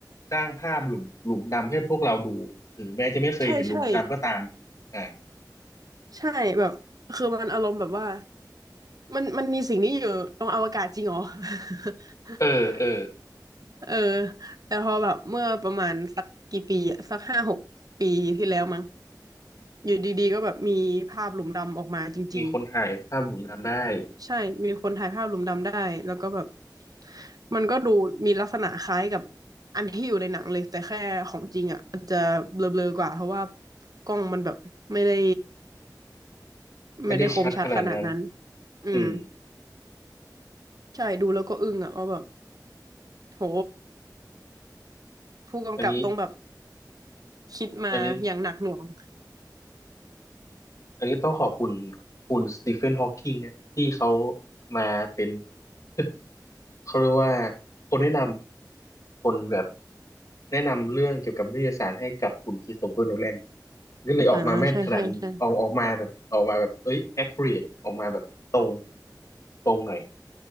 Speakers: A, on the left; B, on the right.
A: สร้างภาพหลุมหลุมดำให้พวกเราดูถึงแม้จะไม่เคยเห็นหลุมดำก็ตาม
B: ใช่ใช่
A: อ่า
B: ใช่แบบคือมันอารมณ์แบบว่ามันมันมีสิ่งนี้อยู่ตรงอวกาศจริงเหรอ <laughs>
A: เออเออ
B: เออแต่พอแบบเมื่อประมาณสักกี่ปีอะสักห้าหกปีที่แล้วมั้งอยู่ดีๆก็แบบมีภาพหลุมดำออกมาจริง
A: มีคนถ่ายภาพหลุมดำได้
B: ๆใช่มีคนถ่ายภาพหลุมดำได้แล้วก็แบบมันก็ดูมีลักษณะคล้ายกับอันที่อยู่ในหนังเลยแต่แค่ของจริงอ่ะมันจะเบลอๆกว่าเพราะว่ากล้องมันแบบไม่ได้
A: ไม่ได้ชัดขนาดนั้น
B: ไม่ได้คมชัดขนาดนั้นอืม
A: อืม
B: ใช่ดูแล้วก็อึ้งอะว่าแบบโหผู้กำกับต้องแบบ
A: อันนี้
B: คิดมาอย่างหนักหน่วง
A: อันนี้อันนี้ต้องขอบคุณคุณสตีเฟนฮอว์กิงเนี่ยที่เขามาเป็น <laughs> เขาเรียกว่าคนแนะนำคนแบบแนะนำเรื่องเกี่ยวกับวิทยาศาสตร์ให้กับคุณคริสโตเฟอร์โนแลนก็เลยออกมาแม่นขนาดนี้ออกออกมาแบบออกมาแบบเอ้ย
B: อ่าใช่ใช่ใช่
A: accurate ออกมาแบบตรงตรงหน่อย